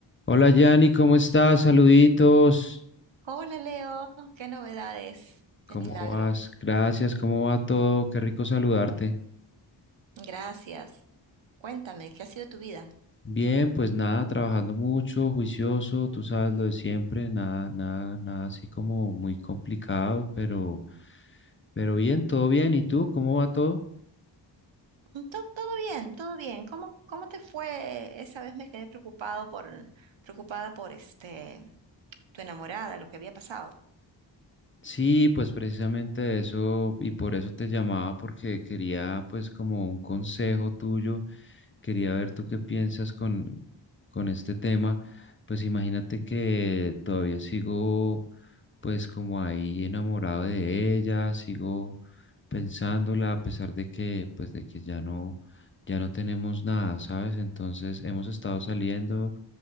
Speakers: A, on the left (about 25°); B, on the right (about 80°).
A: Hola Yanni, ¿cómo estás? Saluditos.
B: Hola Leo, qué novedades,
A: ¿Cómo
B: qué milagro.
A: vas? Gracias, ¿cómo va todo? Qué rico saludarte.
B: Gracias. Cuéntame, ¿qué ha sido tu vida?
A: Bien, pues nada, trabajando mucho, juicioso, tú sabes lo de siempre, nada, nada, nada así como muy complicado, pero, pero bien, todo bien. ¿Y tú? ¿Cómo va todo?
B: Mm, to- todo bien, todo bien. ¿Cómo, cómo te fue? Esa vez me quedé preocupado por, preocupada por este, tu enamorada, lo que había pasado.
A: Sí, pues precisamente eso, y por eso te llamaba, porque quería pues como un consejo tuyo, quería ver tú qué piensas con, con este tema. Pues imagínate que todavía sigo pues como ahí enamorado de ella, sigo pensándola a pesar de que pues de que ya no ya no tenemos nada, ¿sabes? Entonces hemos estado saliendo,